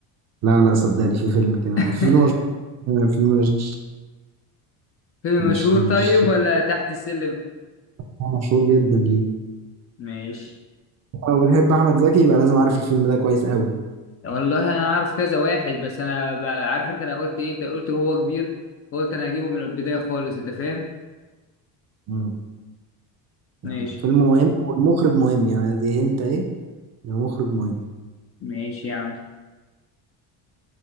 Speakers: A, on the right; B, on the left.
A: لا لا صدقني في فيلم كده
B: <laughs>
A: في فيلم مش- فيلم مش
B: فيلم
A: مش
B: مشهور
A: مش
B: طيب ولا تحت السلم
A: هو مشهور جدا ليه
B: ماشي
A: لو بتحب احمد زكي يبقى لازم عارف الفيلم ده كويس قوي
B: والله أنا عارف كذا واحد بس أنا ب- عارف أنت أنا قلت إيه أنت قلت هو كبير قلت أنا هجيبه من البداية خالص أنت فاهم
A: مم. لا
B: ماشي
A: لا فيلم مهم والمخرج مهم يعني دي انت ايه المخرج مهم
B: ماشي يا عم